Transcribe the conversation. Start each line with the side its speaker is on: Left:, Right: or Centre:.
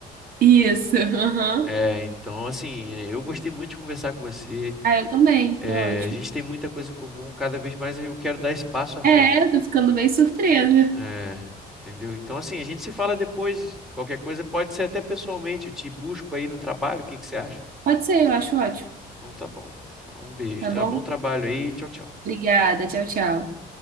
Right: isso. <laughs> aham.
Centre: É, então, assim, eu gostei muito de conversar com você.
Right: Ah, eu também.
Centre: É,
Right: Foi ótimo.
Centre: a gente tem muita coisa em comum, cada vez mais eu quero dar espaço à frente.
Right: É, eu tô ficando bem surpresa.
Centre: É, entendeu? Então, assim, a gente se fala depois, qualquer coisa, pode ser até pessoalmente, eu te busco aí no trabalho, o que que você acha?
Right: Pode ser, eu acho ótimo.
Centre: Então tá bom. Então, Um beijo,
Right: Tá
Centre: tá?
Right: bom?
Centre: Bom trabalho aí, tchau, tchau.
Right: Obrigada. Tchau, tchau.